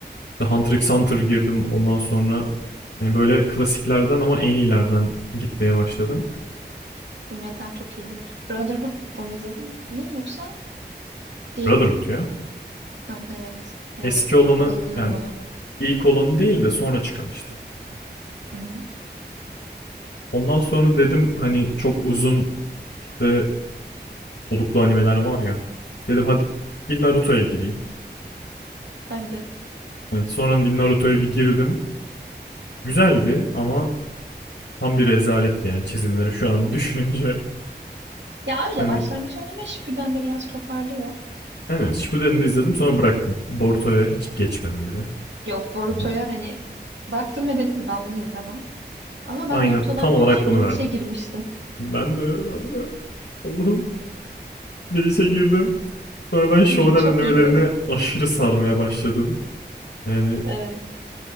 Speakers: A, on the left (about 80°); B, on the right (about 85°).
A: İşte Hunter x Hunter girdim ondan sonra hani böyle klasiklerden ama en iyilerden gitmeye başladım.
B: Fullmetal çok iyidir. Brotherhood onu izledin mi yoksa diğerini
A: Brotherhood
B: mi?
A: ya.
B: Ha, evet. Yani
A: Eski olanı
B: bayılıyorum
A: yani
B: ona.
A: ilk olanı değil de sonra çıkan işte.
B: Hı hı.
A: Ondan sonra dedim hani çok uzun işte soluklu animeler var ya. Dedim hadi bir Naruto'ya gireyim.
B: Ben de.
A: Evet, sonra bir Naruto'ya bir girdim. Güzeldi ama tam bir rezaletti yani çizimleri şu an <laughs> düşününce.
B: Ya öyle
A: Hani
B: başlangıç oynamaya Shippuden de biraz toparlıyor.
A: aynen Shippuden'i de izledim sonra bıraktım. Boruto'ya hiç geçmedim bile.
B: Yok Boruto'ya
A: <laughs>
B: hani baktım ve dedim ki ben bunu izlemem. Ama ben
A: Aynen
B: Naruto'dan
A: tam olarak
B: önce
A: bunu
B: Bleach'e
A: verdim.
B: girmiştim.
A: Ben de ben de Allah'ım bir işe girdim. Sonra
B: <laughs>
A: ben shonen
B: Bleach çok
A: animelerine
B: iyiydi.
A: aşırı sarmaya başladım. Yani
B: Evet.